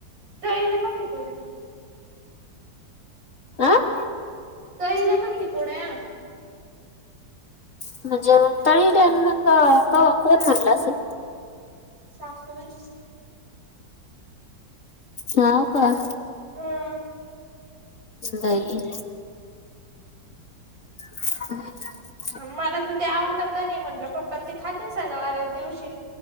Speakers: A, on the right (about 85°); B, on the left (about 45°).
A: <unintelligible>
B: आं?
A: तळील्या का मनी कुरडया?
B: <unintelligible> कवा? कोण म्हणलं असं?
A: सासूबाई?
B: हाव का?
A: हम्म.
B: दही <unintelligible>
A: मला तर ते आवडतं नाही म्हणलं, पप्पां ते खाते सणावाऱ्याच्या दिवशी.